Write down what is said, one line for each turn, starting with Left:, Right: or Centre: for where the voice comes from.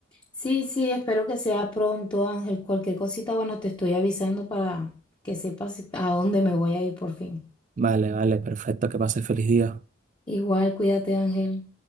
Left: Sí, sí, espero que sea pronto, Ángel. Cualquier cosita, bueno, te estoy avisando para que sepas a dónde me voy a ir por fin.
Right: Vale, vale, perfecto, que pases feliz día.
Left: Igual, cuídate, Ángel.